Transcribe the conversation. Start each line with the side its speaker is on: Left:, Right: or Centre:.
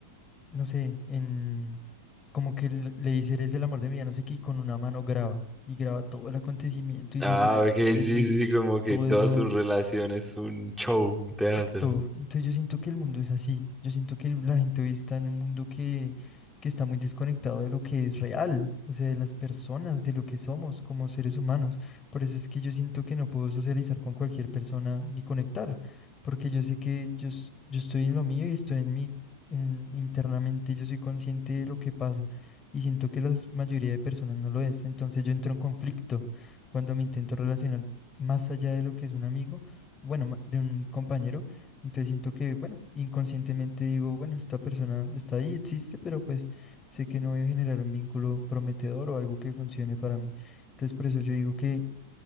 Left: no sé, en, como que le le dice, eres el amor de mi vida, no sé qué, y con una mano graba, y graba todo el acontecimiento y
Centre: Ah,
Left: lo sube a las
Centre: ok,
Left: redes
Centre: sí,
Left: y
Centre: sí, como que
Left: todo
Centre: todas
Left: eso
Centre: sus relaciones es un show, un teatro.
Left: Exacto. Entonces yo siento que el mundo es así. Yo siento que la gente hoy está en un mundo que, que está muy desconectado de lo que es real, o sea, de las personas, de lo que somos como seres humanos. Por eso es que yo siento que no puedo socializar con cualquier persona ni conectar, porque yo sé que yo, es- yo estoy en lo mío y estoy en mi, en- internamente yo soy consciente de lo que pasa y siento que la mayoría de personas no lo es. Entonces yo entro en conflicto cuando me intento relacionar más allá de lo que es un amigo bueno, ma- de un compañero. Entonces siento que, bueno, inconscientemente digo, bueno, esta persona está ahí, existe, pero pues sé que no voy a generar un vínculo prometedor o algo que funcione para mí. Entonces por eso yo digo que